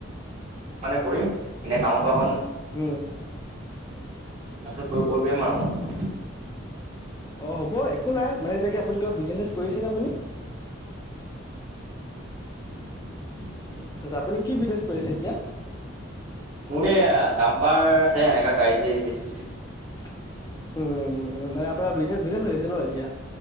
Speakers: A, on the right; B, on the left.
A: মানে কৰিম, এনে কামৰ পৰা অকণ
B: উম
A: তাৰপিছত <unintelligible> মাৰো মই।
B: অ' হ'ব একো নাই, মানে এতিয়া কি আপুনি কিবা বিজনেছ কৰিছেনে আপুনি?
A: <inaudible>
B: <unintelligible> আপুনি কি বিজনেছ কৰিছে এতিয়া?
A: মোৰ এ, দাম্পাৰ আছে, এনেকা গাড়ী চাড়ী <unintelligible>
B: উম, মানে আপোনাৰ বিজনেছ ধুনীয়া চলি আছে ন' এতিয়া?